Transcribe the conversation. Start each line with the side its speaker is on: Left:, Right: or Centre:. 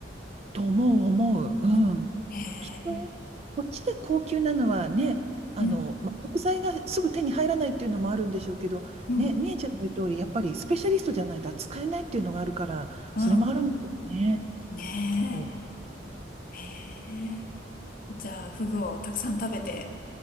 Right: と思う思う。
Left: うんうんへえ。
Right: うん。きっと、こっちで高級なのはね、あの、
Left: うん。
Right: まあ、食材がすぐ手に入らないっていうのもあるんでしょうけど、
Left: うん。
Right: ね、みえちゃんの言う通り、やっぱりスペシャリストじゃないと扱えないっていうのがあるから、
Left: うん。
Right: それもあるんですよね。
Left: ね
Right: うん。
Left: え。へえ。じゃあ、フグをたくさん食べて、